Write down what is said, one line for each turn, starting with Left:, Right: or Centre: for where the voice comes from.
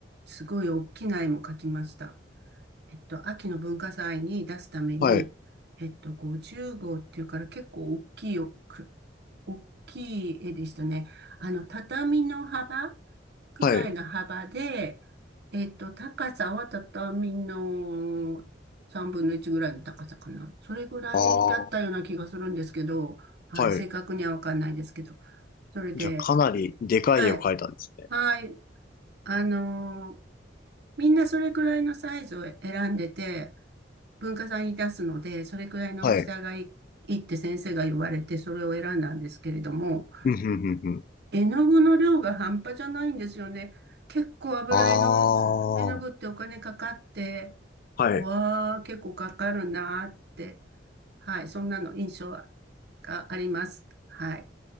Right: すごい大きな絵も描きました。えっと、秋の文化祭に出すために、
Left: はい、
Right: えっと、50号っていうから結構大きいよ、く大きい絵でしたね。あの、畳の幅くらいの幅で、
Left: はい。
Right: えっと、高さは畳の3分の1ぐらいの高さかな。それぐらいだったような気がするんですけど、
Left: ああ、は
Right: はい、正確にはわかんないですけど。
Left: い。
Right: それで、
Left: じゃあかなりでかい絵を描いたんですね。
Right: はい、はい、あのーみんなそれぐらいのサイズを選んでて、文化祭に出すので、それくらいの大きさがいい、
Left: はい。
Right: いいって先生が言われて、それを選んだんですけれども、
Left: うん、うん、うん、うん。
Right: 絵の具の量が半端じゃないんですよね。結構油絵の絵の具ってお金かかって、
Left: ああ、はい。
Right: わあ、結構かかるなーって、はい、そんなの印象があります。はい。